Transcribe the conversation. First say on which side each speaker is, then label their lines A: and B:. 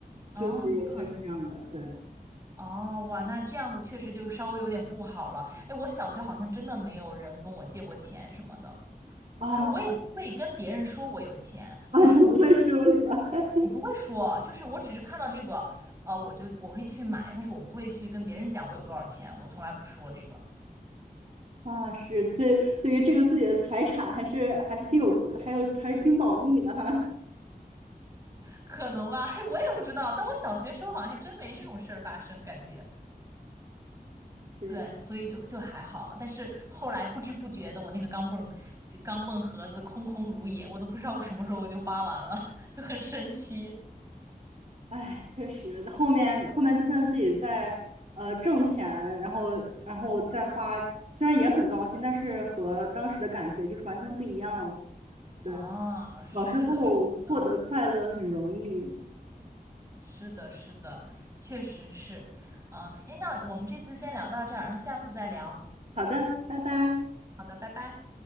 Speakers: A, on the right; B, on the right.
A: 哦，
B: 就是会是这样的。
A: 有可能。
B: 对
A: 哦，哇，那这样子确实就稍微有点不好了。哎，我小学好像真的没有人跟我借过钱什么的，
B: 啊
A: 就是我也不会跟别人说我有钱，
B: <laughs> 啊，
A: 只是我
B: 你不会说是吧？<laughs>
A: 我不会说，就是我只是看到这个，呃，我就我会去买，但是我不会去跟别人讲我有多少钱，我从来不说这个，
B: 啊，是这对于这个自己的财产还是还是挺有顾，还有还是挺保密的哈。<laughs>
A: 可能吧，<laughs> 嘿我也不知道，但我小学时候好像还真没这种事儿发生，感觉。
B: 是，
A: 对，所以就就还好，但是后来不知不觉的，我那个钢镚就钢镚盒子空空如也，我都不知道我什么时候我就花完了，<laughs> 就很神奇。
B: 哎，确实，后面后面就算自己在呃挣钱，然后然后再花，虽然也很高兴，但是和当时的感觉就是完全不一样了。对。
A: 啊，是的，
B: 小时候获得快乐很容易。
A: 是的，是的，是的，确实是。啊，哎，那我们这次先聊到这儿，然后下次再聊。
B: 好的，拜拜。
A: 好的，拜拜。